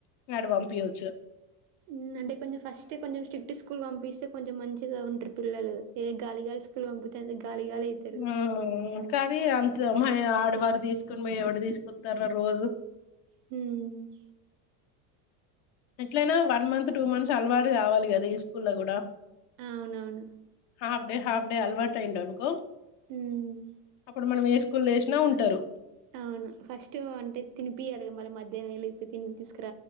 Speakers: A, on the left (about 55°); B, on the right (about 45°).
A: ఇంకాడ పం పీయొచ్చు
B: మ్మ్ అంటే కొంచెం ఫస్టే కొంచెం స్ట్రిక్ట్ స్కూల్కి పంపిస్తే కొంచెం మంచిగా ఉంట్రు పిల్లలు ఏ గాలిగస్ స్కూల్ పంపుతే అంత గాలి గాలి అయితరు
A: ఆ కానీ అంత ఆడవాడు తీసుకని పోయి ఎవడు తీసుకొతారా రోజు
B: హ్మ్
A: ఎట్లయినా వన్ మంత్ టూ మంత్స్ అలవాటు కావాలి కదా ఈ స్కూల్ లో కూడా
B: అవునవును
A: హాఫ్ డే హాఫ్ డ అలవాటయిందనుకో
B: మ్మ్
A: అప్పుడు మనం ఏ స్కు లేేసినా ఉంటారు
B: అవును ఫస్ట్ అంటే తినిపియాలగా మళ్ళ మధ్ ధ్యామెల్లి ఇప్ తినిపిస్